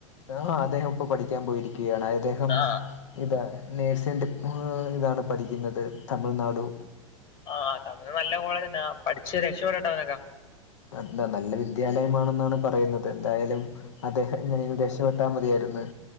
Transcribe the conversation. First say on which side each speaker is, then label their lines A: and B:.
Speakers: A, on the left (about 60°); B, on the left (about 30°).
A: ആഹ് അദ്ദേഹം ഇപ്പൊ പഠിക്കാൻ പോയിരിക്കുകയാണ് അദ്ദേഹം
B: ആ
A: ഇതാ നേഴ്സിൻ ഇതാണ് പഠിക്കുന്നത് തമിഴ്നാടു
B: ആഹ് തമിഴ് നല്ല കോളേജന്നെ പഠിച്ച് രക്ഷപപ്പെടട്ടെ അവനൊക്കെ
A: എന്താ നല്ല വിദ്യാലയമാണെന്നാണ് പറയുന്നത് എന്തായാലും അദ്ദേഹത്തിനെങ്ങനെ രക്ഷപെട്ടാ മതിയായിര്ന്ന്